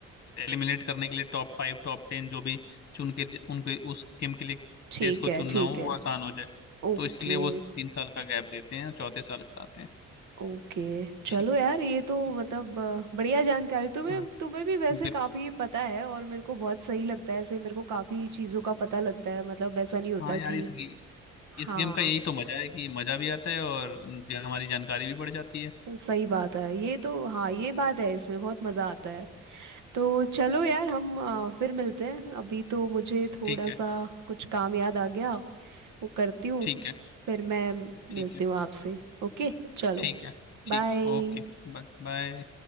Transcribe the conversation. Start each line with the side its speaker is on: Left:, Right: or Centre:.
Left: एलिमिनेट करने के लिए टॉप फाइव टॉप टेन जो भी चुन के ज- उनके उस गेम के लिए
Right: ठीक
Left: देश को
Right: है
Left: चुनना
Right: ठीक
Left: हो
Right: है
Left: वो आसान हो जाए
Right: Okay
Left: तो इसलिए वो तीन साल का गैप देते हैं और चौथे साल कराते हैं
Right: okay चलो
Left: ठीक
Right: यार
Left: है
Right: ये तो
Left: ठीक
Right: मतलब अ, बढ़िया जानकारी तुम्हें
Left: है। हाँ
Right: तुम्हें भी वैसे
Left: बिल
Right: काफ़ी पता है और मेरे को बहुत सही लगता है ऐसे मेरे को काफ़ी चीज़ों का पता लगता है मतलब ऐसा नहीं होता
Left: हाँ
Right: कि
Left: यार इस गे- इस
Right: हाँ
Left: गेम का यही तो मजा है कि मजा भी आता है और ज- हमारी जानकारी भी बढ़ जाती है
Right: सही बात है ये तो हाँ ये बात है इसमें बहुत मज़ा आता है तो चलो यार हम अ, फिर मिलते हैं अभी तो मुझे थोड़ा
Left: ठीक है
Right: सा कुछ काम याद आ गया वो करती हूँ
Left: ठीक है
Right: फिर मैं
Left: ठीक
Right: मिलती
Left: है
Right: हूँ आपसे ओके चलो
Left: ठीक है ठीक
Right: बाय
Left: ओके Bye bye